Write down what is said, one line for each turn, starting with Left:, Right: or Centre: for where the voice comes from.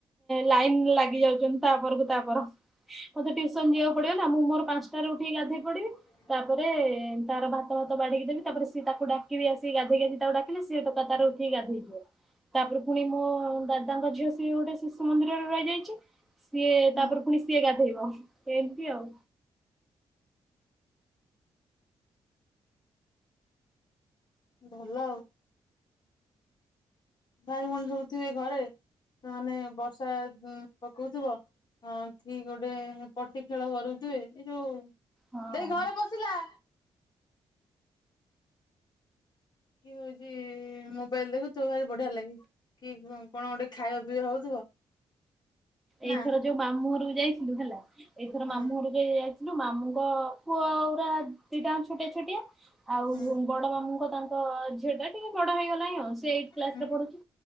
Centre: ଲାଇନ୍ ଲାଗିଯାଉଛନ୍ତି ତାପରକୁ ତାପର। ମତେ ଟ୍ୟୁସନ୍ ଯିବାକୁ ପଡିବ ନା ମୁଁ ମୋର ପାଞ୍ଚଟାରେ ଉଠିକି ଗାଧେଇ୍
Left: <unintelligible>
Centre: ତାପରେ ତାର ଭାତ ଭାତ ବାଢିକି ଦେବି ତାପରେ ସେ ତାକୁ ଡାକିବି ଆସି ଗାଦେଇକି ଆସି ତାକୁ ଡାକିଲେ ସେ ଟୋକା ତାର ଉଠିକି ଗାଧେଇ ଯିବ। ତାପରେ ପୁଣି ମୋ ଦାଦାଙ୍କ ଝିଅ ସେ ଗୋଟେ ଶିଶୁ ମନ୍ଦିରରେ ରହିଯାଇଛି। ସିଏ
Left: ହୁଁ
Centre: ତାପରେ ପୁଣି ସିଏ ଗାଧୋଇବ ଏମତି ଆଉ।
Left: ଭଲ ଆଉ। ଭାଇ ଭଉଣୀ ସବୁ ଥିବେ ଘରେ ମାନେ ବର୍ଷା ହୁଁ ପକଉଥିବ ହଁ କି ଗୋଟେ ପଟି ଖେଳ କରୁଥିବେ ଏଇ ଯୋଉ
Centre: ହଁ।
Left: ଦେଇ ଘରେ ପସିଲା। କିଏ ହଉଛି ମୋବାଇଲ ଦେଖୁଥିବ ଭାରି ବଢିଆ ଲାଗେ। କି କଣ୍ କ'ଣ ଗୋଟେ ଖାଇବା ପିଇବା ହଉଥିବ ନା
Centre: ଏଇଥର ଯୋଉ ମାମୁଁ ଘରକୁ ଯାଇଥିଲୁ ହେଲା ଏଇଥର
Left: ହୁଁ
Centre: ମାମୁଁ ଘରକୁ ଯାଇ ଇଲେ ମାମୁଁଙ୍କ ପୁଅଗୁରା ଦିଟାଙ୍କ ଛୋଟିଆ ଛୋଟିଆ ଆଉ
Left: ହୁଁ
Centre: ବଡ ମାମୁଁଙ୍କ ତାଙ୍କ ଝିଅଟା ଟିକେ ବଡ ହେଇଗଲାଣି ଆଉ। ସେ ଏଇଠ୍ କ୍ଲାସରେ
Left: ହୁଁ
Centre: ପଢୁଛି।